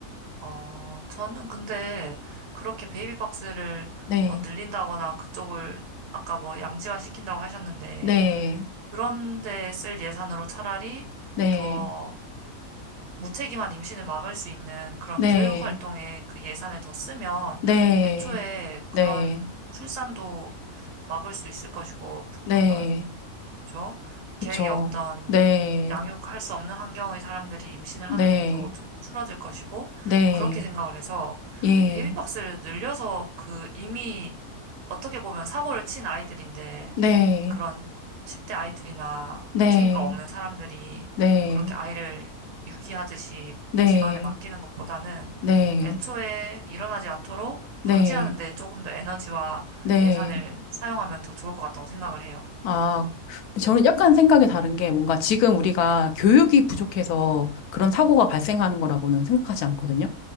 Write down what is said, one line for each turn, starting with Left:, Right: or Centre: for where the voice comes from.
Right: 어, 저는 근데 그렇게 베이비박스를
Left: 네,
Right: 뭐 늘린다거나 그쪽을 아까 뭐 양지화 시킨다고 하셨는데
Left: 네,
Right: 그런데 쓸 예산으로 차라리
Left: 네,
Right: 더 무책임한 임신을 막을 수 있는 그런
Left: 네,
Right: 교육 활동에 그 예산을 더 쓰면
Left: 네,
Right: 애초에
Left: 네.
Right: 그런 출산도 막을 수 있을 것이고 부-
Left: 네,
Right: 그런 그렇죠?
Left: 그쵸.
Right: 계획이 없던
Left: 네,
Right: 양육할 수 없는 환경의 사람들이 임신을
Left: 네,
Right: 하는 일도 좀 줄어들 것이고
Left: 네,
Right: 그렇게 생각을 해서
Left: 예,
Right: 베이비박스를 늘려서 그 이미 어떻게 보면 사고를 친 아이들인데
Left: 네,
Right: 그런 10대 아이들이나
Left: 네,
Right: 책임감 없는 사람들이
Left: 네,
Right: 그렇게 아이를 유기하듯이
Left: 네,
Right: 기관에 맡기는 것보다는
Left: 네,
Right: 애초에 일어나지 않도록
Left: 네,
Right: 방지하는 데 조금 더 에너지와
Left: 네.
Right: 예산을 사용하면 더 좋을 것 같다고 생각을 해요.
Left: 아, 저는 약간 생각이 다른 게 뭔가 지금 우리가 교육이 부족해서 그런 사고가 발생하는 거라고는 생각하지 않거든요.